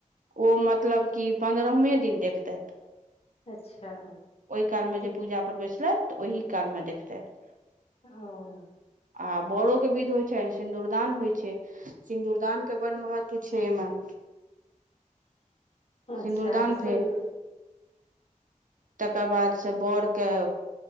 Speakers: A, on the right (about 70°); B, on the left (about 45°).
A: ओ मतलब कि पन्द्रहमे दिन देखतैथ
B: अच्छा
A: ओहि कालमे
B: ओतेक
A: जे पूजा पर बैसलथि तऽ ओहि कालमे देखतथि
B: ह-ओ
A: आ बोड़ो के विध होइ छैन सिन्दूरदान होइ छै सिन्दूरदान के बड़ महत्व छै एहिमें
B: <inaudible> अच्छा
A: सिन्दूरदान
B: ई सब
A: भेल
B: में
A: तकर बाद से बर के